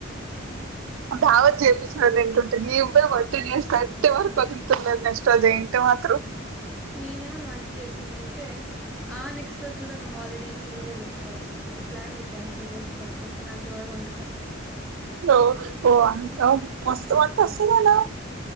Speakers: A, on the right (about 70°); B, in the centre.
A: దావత్ చేపి అదేంటంటే నవ్వే వర్టిన్యూస్ కట్టే వరకు వదులుతలేదు నెక్స్ట్ అదేంటో అత్రో
B: నీనేమొన్న వంట చేసిందింటే ఆ నెక్స్ట్ రోజు కూడా హాలిడేనే లీవే పెట్టుకోవాల్సి వస్తది ప్లాన్లు క్యాన్సిల్ చేసుకోవాల్సి వస్తుంది అంత బాగా వండుతా
A: ఓ వావ్ మస్తు వంట వస్తది లే